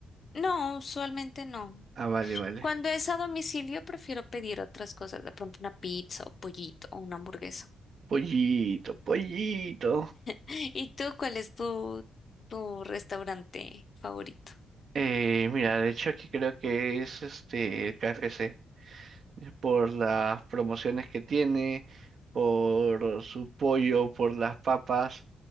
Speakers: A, on the left (about 45°); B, on the right (about 60°).
A: No, usualmente no.
B: Ah, vale, vale.
A: Cuando es a domicilio prefiero pedir otras cosas, de pronto una pizza o pollito o una hamburguesa.
B: Pollito, pollito.
A: ¿Y tú cuál es tu, tu restaurante favorito?
B: Eh, mira, de hecho aquí creo que es este el KFC. eh, Por las promociones que tiene, por su pollo, por las papas,